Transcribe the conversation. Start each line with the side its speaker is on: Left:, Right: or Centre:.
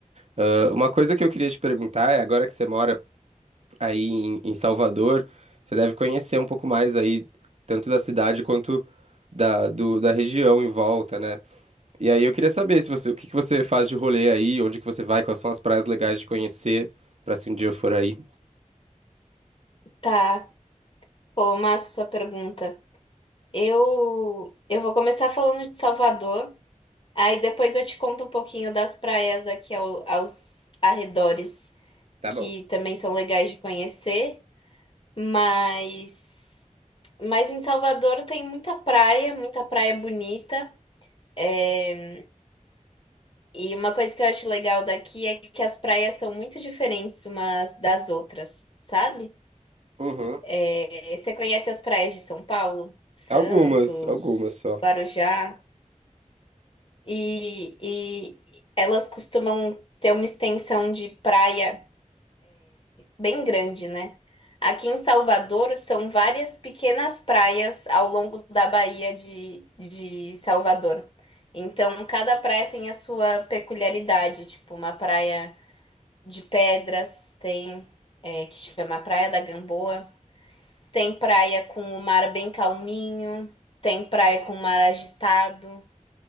Right: Ah, uma coisa que eu queria te perguntar é, agora que você mora aí em, em Salvador, você deve conhecer um pouco mais aí, tanto da cidade quanto da, do- da região em volta, né? E aí eu queria saber se você, o que que você faz de rolê aí, onde que você vai, quais são as praias legais de conhecer, pra se um dia eu for aí.
Left: Tá. Pô, massa sua pergunta. Eu eu vou começar falando de Salvador, aí depois eu te conto um pouquinho das praias aqui ao- aos arredores,
Right: Tá
Left: que
Right: bom.
Left: também são legais de conhecer, mas mas em Salvador tem muita praia, muita praia bonita. É, E uma coisa que eu acho legal daqui é que as praias são muito diferentes umas das outras, sabe?
Right: Uhum.
Left: É, Você conhece as praias de São Paulo, Santos,
Right: Algumas, algumas só.
Left: Guarujá, e, e elas costumam ter uma extensão de praia bem grande, né? Aqui em Salvador são várias pequenas praias ao longo da Baía de, de Salvador. Então, cada praia tem a sua peculiaridade, tipo uma praia. de pedras, tem é, que chama Praia da Gamboa, tem praia com o mar bem calminho, tem praia com o mar agitado,